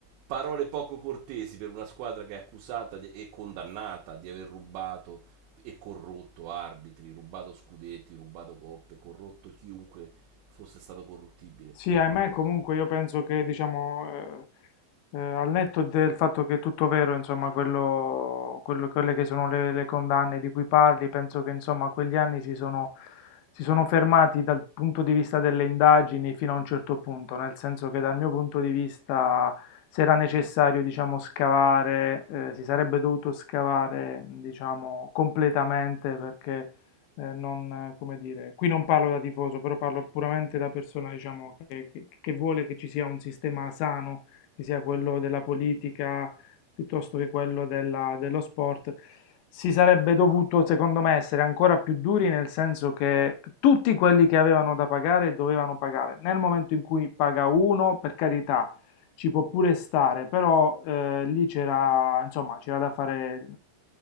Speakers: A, on the right; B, on the left.
A: Parole poco cortesi per una squadra che è accusata di- e condannata di aver rubato e corrotto arbitri, rubato scudetti, rubato coppe, corrotto chiunque fosse stato corruttibile
B: Sì, ahimè,
A: in Italia.
B: comunque io penso che, diciamo, eh, eh, al netto del fatto che è tutto vero, insomma, quello, quello- quelle che sono le, le condanne di cui parli, penso che, insomma, quegli anni si sono, si sono fermati dal punto di vista delle indagini fino a un certo punto, nel senso che dal mio punto di vista, se era necessario, diciamo, scavare, eh, si sarebbe dovuto scavare, diciamo, completamente perché eh, non, eh, come dire, qui non parlo da tifoso, però parlo puramente da persona, diciamo, che, che- che vuole che ci sia un sistema sano, che sia quello della politica piuttosto che quello della- dello sport. Si sarebbe dovuto, secondo me, essere ancora più duri nel senso che tutti quelli che avevano da pagare dovevano pagare. Nel momento in cui paga uno, per carità, ci può pure stare, però eh, lì c'era, insomma, c'era da fare...